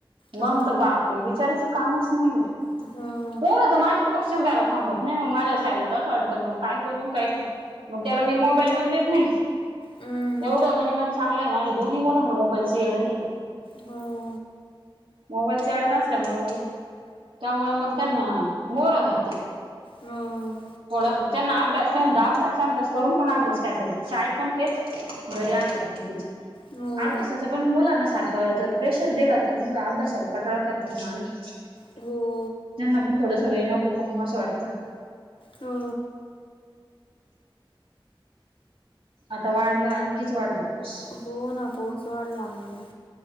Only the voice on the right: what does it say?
मग
तर बापरे विचाराचं कामच नाहीये.
पोरं तर माझी कसेच घरात थांबत नाही मग माझ्या साईला तर असं वाटतं मग काय करून काही नको. मग त्याला मी मोबाईल पण देत नाही.
एवढं गणी मात चांगलाय माझा दोन्ही मुलांना मोबाईल वेड नाही.
मोबाईलच येड नसल्यामुळे मग त्यामुळे मग त्यांना बोर होतात ते
थोडा त्यांना अभ्यास नाही म्हणतं अभ्यास अभ्यास करून पण अभ्यास काय करते शाळ पण तेच. घरी आल्यावर पण तेच
अभ्यासाच पण मुलांना सारखं जर प्रेशर दिला तर मुलं अभ्यासाला कटाळा करतात ना आणखी
त्यांना पण थोडासा वेळ नको का असं वाटतं.
आता वाढला आणि किती वाढला पाऊस